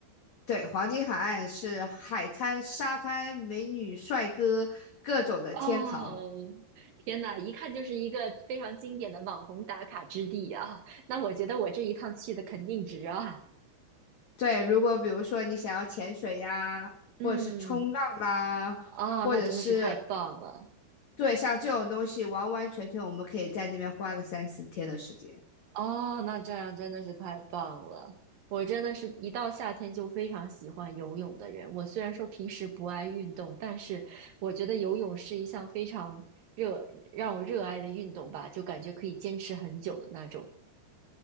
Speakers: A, on the left (about 60°); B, on the right (about 70°).
A: 对，黄金海岸是海滩、沙滩、美女、帅哥各种的天堂。
B: 哦，天哪，一看就是一个非常经典的网红打卡之地啊！那我觉得我这一趟去的肯定值啊！
A: 对，如果比如说你想要潜水呀，
B: 嗯。
A: 或者是冲浪啦，
B: 啊，
A: 或者是
B: 那真的是太棒了！
A: 对像这种东西，完完全全我们可以在那边花个三四天的时间。
B: 哦，那这样真的是太棒了。我真的是一到夏天就非常喜欢游泳的人。我虽然说平时不爱运动，但是我觉得游泳是一项非常热，让我热爱的运动吧，就感觉可以坚持很久的那种。